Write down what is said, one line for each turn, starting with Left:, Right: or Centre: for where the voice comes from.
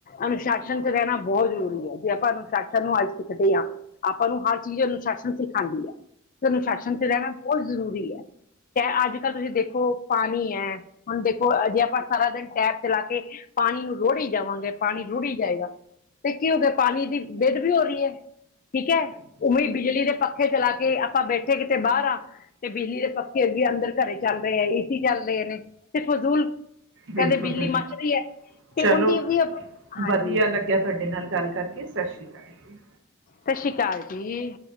Left: ਅਨੁਸ਼ਾਸਨ' ਚ ਰਹਿਣਾ ਬਹੁਤ ਜ਼ਰੂਰੀ ਹੈ। ਜੇ ਆਪਾਂ 'ਅਨੁਸ਼ਾਸਨ' ਨੂੰ ਅੱਜ ਸਿੱਖਦੇ ਹਾਂ। ਆਪਾਂ ਨੂੰ ਹਰ ਚੀਜ਼ 'ਅਨੁਸ਼ਾਸਨ' ਸਿਖਾਉਂਦੀ ਹੈ। ਅਨੁਸਾਸ਼ਨ ਤੇ ਰਹਿਣਾ ਬਹੁਤ ਜ਼ਰੂਰੀ ਹੈ। ਤੇ ਅੱਜ ਕੱਲ ਦੇਖੋ ਪਾਣੀ ਹੈ। ਹੁਣ ਦੇਖੋ ਜੇ ਆਪਾਂ ਸਾਰਾ ਦਿਨ ਟੈਪ ਚਲਾ ਕੇ ਪਾਣੀ ਨੂੰ ਰੋੜੀ ਜਾਵਾਂਗੇ, ਪਾਣੀ ਰੁੜੀ ਜਾਏਗਾ। ਤੇ ਕੀ ਹੋ ਗਿਆ ਪਾਣੀ ਦੀ ਬੇਦ ਵੀ ਹੋ ਰਹੀ ਹੈ ਠੀਕ ਹੈ। ਉਵੇਂ ਬਿਜਲੀ ਦੇ ਪੱਖੇ ਪੱਖੇ ਚਲਾ ਕੇ ਆਪਾਂ ਬੈਠੇ ਕਿਤੇ ਬਾਹਰ ਆ। ਤੇ ਬਿਜਲੀ ਦੇ 'ਪੱਖੇ' ਅੱਗੇ ਅੰਦਰ ਘਰੇ ਚੱਲਦੇ ਹੈ ਏ ਸੀ ਚੱਲਦੇ ਨੇ। ਤੇ ਫਜ਼ੂਲ ਕਹਿੰਦੇ
Right: ਬਿਲਕੁਲ
Left: 'ਬਿਜਲੀ'
Right: ਬਿਲਕੁਲ
Left: ਮੱਚ ਰਹੀ ਹੈ
Right: ਚਲੋ
Left: ਤੇ ਉਹਦੀ ਵੀ ਆਪਾਂ ਹਾਂਜੀ।
Right: ਵਧੀਆ ਲੱਗਿਆ ਤੁਹਾਡੇ ਨਾਲ 'ਗੱਲ' ਕਰਕੇ ਸਤਿ ਸ਼੍ਰੀ ਅਕਾਲ। ਜੀ
Left: ਸਤਿ ਸ਼੍ਰੀ ਅਕਾਲ ਜੀ।